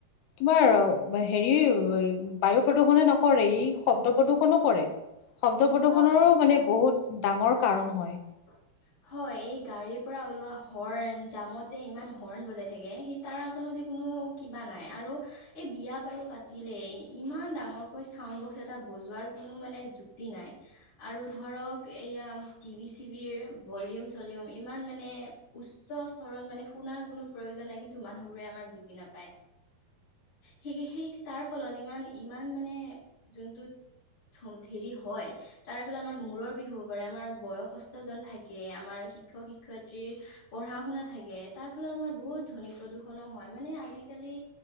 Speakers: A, on the left; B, on the left.
A: তোমাৰ হেৰি বায়ু প্ৰদূৰ্ষনে নকৰে ই শব্দ প্ৰদূৰ্ষনো কৰে। শব্দ প্ৰদূষণৰো
B: হয়
A: মানে বহুত ডাঙৰ কাৰণ হয়।
B: <unintelligible> হয়। এই গাড়ীৰ পৰা ওলোৱা হৰ্ণ জামত যে ইমান হৰ্ণ বজাই থাকে সেই তাৰ আচলতে মানে কোনো কিবা নাই আৰু এই বিয়া বাৰু পাতিলেই ইমান ডাঙৰকৈ চাউণ্ড বক্স এটা বজোৱা ৰ কোনো মানে যুক্তি নাই। আৰু ধৰক এইয়া টিভি টিভিৰ ভলিয়ম চলিয়ম ইমান মানে উচ্চ সৰল মানে শুনাৰ কোনো প্ৰয়োজন নাই। কিন্তু মানে মানুহবোৰে আমাৰ বুজি নাপায়। সেই সেই তাৰ ফলত ইমান ইমান মানে যোনটোত হম হেৰি হয়। তাৰ ফলত আমাৰ মূৰৰ বিষ হ'ব পাৰে আমাৰ বয়সস্থ জন থাকে, আমাৰ শিক্ষক-শিক্ষয়িত্ৰীৰ পঢ়া শুনা থাকে, তাৰ ফলত আমাৰ বহুত ধনী। প্ৰদূষণো হয় মানে আজিকালি